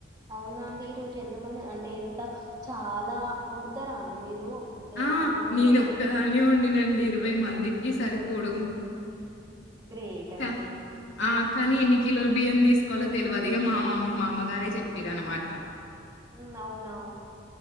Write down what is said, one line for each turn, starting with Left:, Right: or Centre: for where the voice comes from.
Right: అవునా అండి ఈరోజు ఎంత మంది అంటే ఎంత చాలా వండుతారా అండి మీరు అంటే
Left: ఆ
Right: అన్నం వండాలి
Left: నేను ఒక్కదానే
Right: కదా
Left: వండినండి ఇరవై మందికి సరిపోడు
Right: గ్రేట్
Left: క
Right: అండి
Left: ఆ కానీ ఎన్ని కిలోల బియ్యం తీసుకోవాలో తెల్వదు ఇగ మామమ్ మా అమ్మగారే చెప్పిరు అన్నమాట
Right: ఉ అవునా